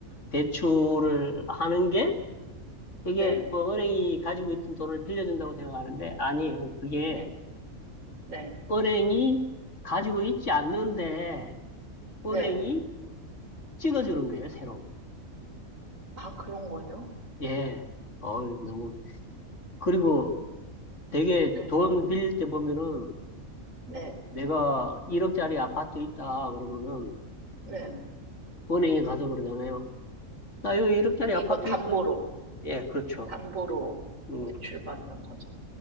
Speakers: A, on the left (about 60°); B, on the right (about 65°).
A: 대출을 하는 게, 이게
B: 네,
A: 뭐 은행이 가지고 있던 돈을 빌려준다고 생각하는데, 아니에요. 그게
B: 네, 네,
A: 은행이 가지고 있지 않는데,
B: 네.
A: 은행이 찍어주는 거예요, 새로.
B: 아, 그런 거예요?
A: 예. 어, 너무. 그리고 되게
B: 네,
A: 돈 빌릴 때 보면은
B: 네,
A: 내가 1억짜리 아파트 있다 그러면은
B: 네.
A: 은행에 가서 그러잖아요. 나 여기 1억짜리
B: 이거
A: 아파트
B: 담보로,
A: 있어? 예, 그렇죠.
B: 담보로
A: 음.
B: 대출받는 거잖아요.